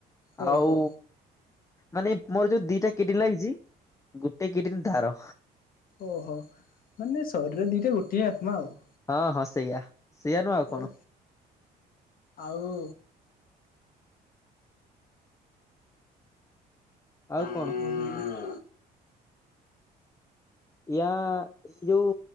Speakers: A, on the left (about 55°); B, on the left (about 20°).
A: ଓହୋ।
B: ଆଉ ମାନେ ମୋର ଯୋଉ ଦିଟା କିଡିନ ଲାଗିଛି ଗୋଟେ କିଡିନ ତାର।
A: ଓହୋ ମାନେ ଶରୀର ଦିଟା ଗୋଟିଏ ଆତ୍ମା ଆଉ।
B: ହଁ ହଁ ସେଇଆ। ସେଇଆ ନୁହଁ ଆଉ କଣ
A: ହଉ ଆଉ।
B: ଆଉ କଣ?
A: ହଁ
B: ୟା ଏଇ ଯୋଉ